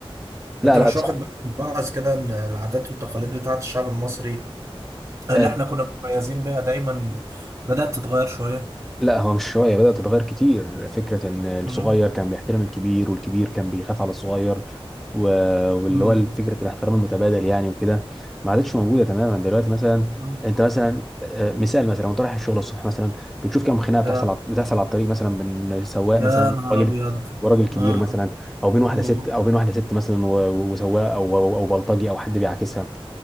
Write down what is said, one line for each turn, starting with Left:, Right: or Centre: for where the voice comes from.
Centre: لا
Right: انت مش
Centre: لا بصراحه
Right: واخد بالك ملاحظ كده ان العادات والتقاليد بتاعت الشعب المصري اللي
Centre: آه،
Right: احنا كنا متميزين بيها دايما بدأت تتغير شوية
Centre: لا هو مش شوية بدأت تتغير كتير فكرة إن الصغير
Right: مم.
Centre: كان بيحترم الكبير والكبير كان بيخاف على الصغير و... واللي
Right: مم.
Centre: هو فكرة الاحترام المتبادل يعني وكده ما عادتش موجودة تماما دلوقتي مثلا
Right: مم.
Centre: أنت مثلا آه، مثال مثلا وأنت رايح الشغل الصبح مثلا بتشوف كم خناقة بتحصل
Right: يا
Centre: على... بتحصل على الطريق مثلا بين سواق
Right: يا
Centre: مثلا
Right: نهار
Centre: وراجل
Right: أبيض
Centre: وراجل كبير
Right: آه
Centre: مثلا أو بين واحدة
Right: مم.
Centre: ست أو بين واحدة ست مثلا و... وسواق أو أو أو بلطجي أو حد بيعاكسها